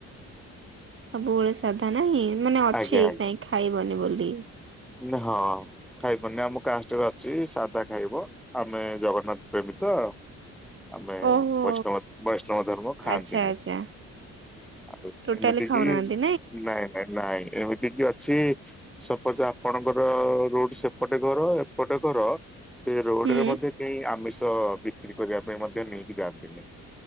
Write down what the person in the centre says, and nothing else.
ଆଜ୍ଞା
ମୁଁ କହିନି ହଁ ଖାଇପାରୁନି ଆମ କାଷ୍ଟରେ ଅଛି ସାଧା ଖାଇବ। ଆମେ ଜଗନ୍ନାଥ ପ୍ରେମୀତ ଅ ଆମେ
ବୈଷ୍ଣବ ବୈଷ୍ଣବ ଧର୍ମ ଖାଆନ୍ତିନି।
ଆଉ
ଏତିକି
ନାଇଁ ନାଇଁ ନାଇଁୟ। ତିକି ଅଛି ସପୋଜ ଆପଣଙ୍କର ରୋଡ୍ ସେ ଏପଟେ କର ଏପଟେ କର ସେ ରୋଡରେ
ମଧ୍ୟ ଏ ଆମିଷ ବିକ୍ରି କରିବା ପାଇଁ ମଧ୍ୟ ନେଇକି ଯାଆନ୍ତିନାଇଁ।